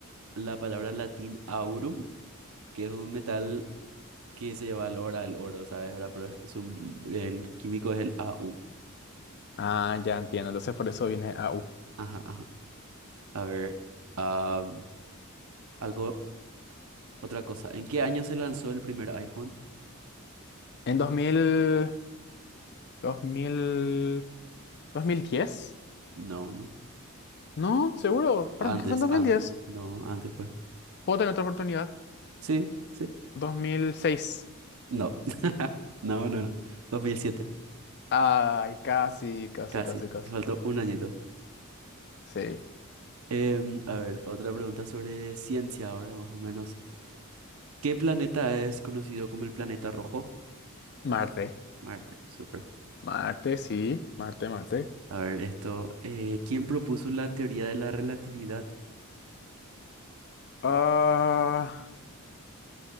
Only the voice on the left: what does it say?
Ah, ya entiendo, entonces por eso viene AU.
En 2000, 2000, 2010,
no, seguro,
para mí que fue en 2010.
Puedo tener otra oportunidad.
dos mil seis
Ay, casi, casi,
casi, casi.
Sí.
Marte.
Marte, sí. Marte, Marte.
Ah,